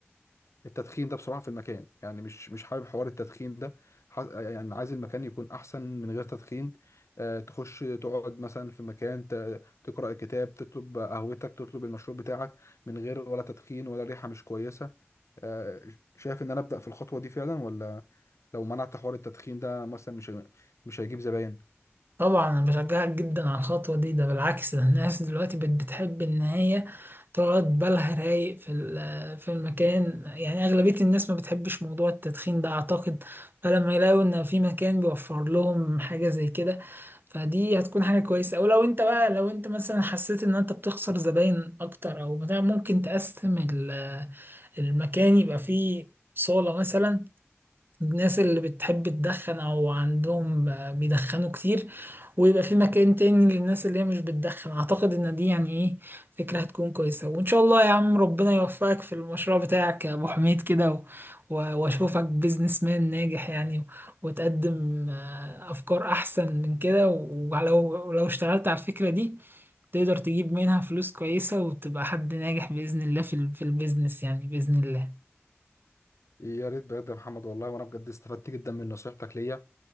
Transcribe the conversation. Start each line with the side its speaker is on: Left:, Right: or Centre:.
Left: التدخين ده بصراحة في المكان يعني مش مش حابب حوار التدخين ده ح- يعني عايز المكان يكون أحسن من غير تدخين آه، تخش تقعد مثلا في مكان ت- تقرأ الكتاب تطلب قهوتك تطلب المشروب بتاعك من غير ولا تدخين ولا ريحة مش كويسة آه، شايف إن أنا أبدأ في الخطوة دي فعلا ولا لو منعت حوار التدخين ده مثلا مش هي- مش هيجيب زباين
Right: طبعا انا بشجعك جدا على الخطوه دي ده بالعكس ده الناس دلوقتي بت بتحب ان هي تقعد بالها رايق في ال- في المكان يعني اغلبيه الناس ما بتحبش موضوع التدخين ده اعتقد فلما يلاقوا ان في مكان بيوفر لهم حاجه زي كده فدي هتكون حاجه كويسه او لو انت بقى لو انت مثلا حسيت ان انت بتخسر زباين اكتر او بتاع ممكن تقسم ال- المكان يبقى فيه صاله مثلا الناس اللي بتحب تدخن او عندهم آه، بيدخنوا كتير ويبقى في مكان تاني للناس اللي هي مش بتدخن اعتقد ان دي يعني ايه فكرة هتكون كويسة وان شاء الله يا عم ربنا يوفقك في المشروع بتاعك يا ابو حميد كده و- و- واشوفك بيزنس مان ناجح يعني وتقدم آه، افكار احسن من كده ولو لو اشتغلت على الفكرة دي تقدر تجيب منها فلوس كويسة وتبقى حد ناجح بإذن الله في ال- في البيزنس يعني بإذن الله
Left: يا ريت بجد يا محمد والله وأنا بجد استفدت جدا من نصيحتك ليا